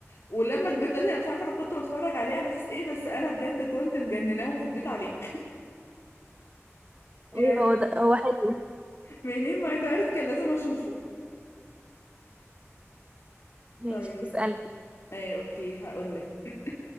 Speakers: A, on the left; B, on the right.
A: ولما كبرت دلوقتي انا مش عارفه انا كنت بتفرج عليه على اساس ايه بس انا بجد كنت مجنناهم في البيت عليه يعني
B: ايوه هو ده هو حلو
A: منين ما يتعرض كان لازم اشوفه
B: ماشي
A: طيب
B: اسأل
A: ايه اوكي هقولك <clears throat>